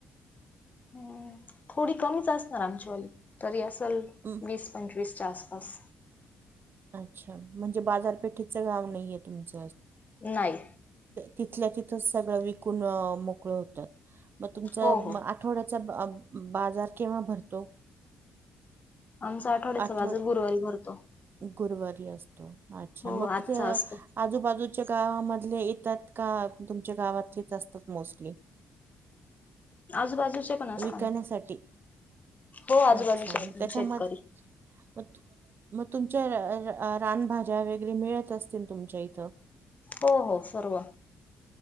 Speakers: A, on the left (about 35°); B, on the right (about 50°).
A: हम् थोडी कमीच असणार, आमच्या वाली तरी असेल
B: हं,
A: वीस पंचवीस जा अस सफ
B: अच्छा म्हणजे बाजारपेठ तुमच
A: नाही
B: तिथल्या तिथ सगळ वि मोकळ होतात मग तुमच आठवड्यात
A: हो हो
B: बाजार केव्हा भरतो?
A: आमच आठवड्याचा
B: आठवड
A: बाजार गुरुवारी भरतो.
B: गुरुवारी असतो. अच्छा
A: हो
B: मग
A: आजचा असतो
B: आजूबाजूच्या गावामध्ये येतात का तुमच्या गावातलेच असतात मोस्टली?
A: आजूबाजूचे पण असता.
B: विकण्यासाठी.
A: हो आजूबाजूच्या
B: अच्छा मग त्याच्यामध्ये
A: शेतकरी.
B: मग तु मग तुमच्या रानभाज्या वगैरे मिळत असतील तुमच्या इथं.
A: हो हो सर्व.